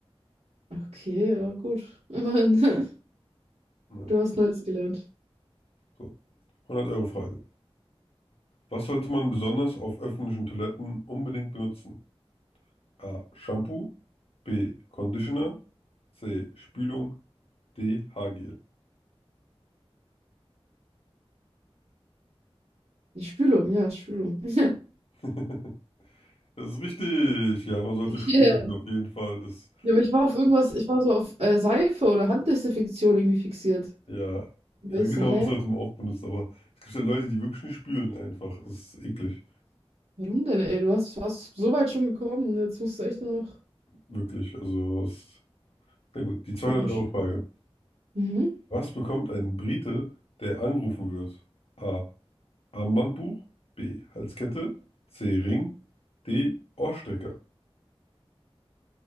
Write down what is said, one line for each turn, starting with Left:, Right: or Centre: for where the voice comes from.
Right: Okay, ja, gut. Immerhin, <laughs>
Left: Ja,
Right: du hast Neues gelernt.
Left: so. 100-Euro-Frage. Was sollte man besonders auf öffentlichen Toiletten unbedingt benutzen? A. Shampoo. B. Conditioner. C. Spülung. D. Haargel.
Right: Die Spülung, ja, Spülung. <laughs>
Left: <laughs> Das ist richtig. Ja, man sollte
Right: Yeah.
Left: spülen, auf jeden Fall. Das
Right: Ja, aber ich war auf irgendwas, ich war so auf äh, Seife oder Handdesinfektion irgendwie fixiert.
Left: Ja,
Right: Und
Left: ja,
Right: ich
Left: genau,
Right: so, hä?
Left: das sollte man auch benutzen. Aber es gibt ja Leute, die wirklich nicht spülen einfach. Das ist eklig.
Right: Warum denn, ey? Du hast, warst so weit schon gekommen und jetzt musst du echt nur noch.
Left: Wirklich. Also, es, na gut, die zweihundert
Right: Komisch.
Left: euro frage
Right: Mhm.
Left: Was bekommt ein Brite, der angerufen wird? A. Armbandbuch. B. Halskette. C. Ring. D. Ohrstecker.